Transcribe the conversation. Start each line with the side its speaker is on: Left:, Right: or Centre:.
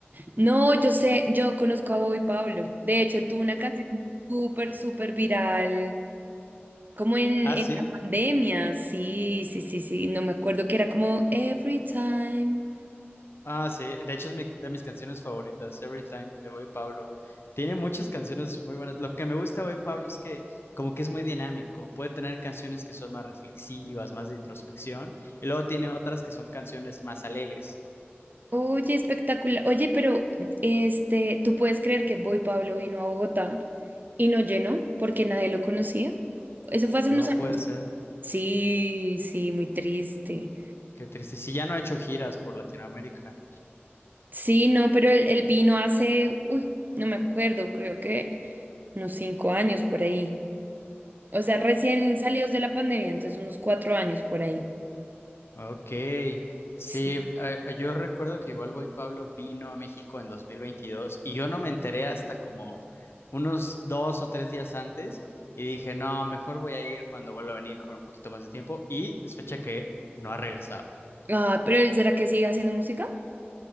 Right: no, yo sé, yo conozco a Boy Pablo. De hecho, él tuvo una canción súper, súper viral. Como en,
Left: Ah,
Right: en
Left: sí.
Right: la pandemia, sí, sí, sí, sí, no me acuerdo que era como Every Time.
Left: Ah, sí. De hecho, es mi- de mis canciones favoritas, Every Time, de Boy Pablo. Tiene muchas canciones muy buenas. Lo que me gusta de Boy Pablo es que como que es muy dinámico. Puede tener canciones que son más reflexivas, más de introspección, y luego tiene otras que son canciones más alegres.
Right: Oye, espectacular. Oye, pero este, ¿tú puedes creer que Boy Pablo vino a Bogotá y no llenó porque nadie lo conocía? Eso fue hace
Left: No
Right: unos años.
Left: puede ser.
Right: Sí, sí, muy triste.
Left: Qué triste. Si ya no he hecho giras por Latinoamérica.
Right: Sí, no, pero él, él vino hace, uy, no me acuerdo, creo que unos cinco años por ahí. O sea, recién salidos de la pandemia, entonces unos cuatro años por ahí.
Left: Ok. Sí,
Right: Sí.
Left: eh, eh, yo recuerdo que igual Boy Pablo vino a México en 2022 y yo no me enteré hasta como unos dos o tres días antes y dije, no, mejor voy a ir cuando vuelva a venir con un poquito más de tiempo y es fecha que no ha regresado.
Right: Ah, pero él será que sigue haciendo música?